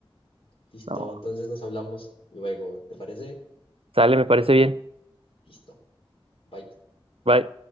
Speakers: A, on the left; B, on the right.
A: listo,
B: No,
A: entonces nos hablamos luego, ¿te parece?
B: sale, me parece bien.
A: Listo, bye.
B: Bye.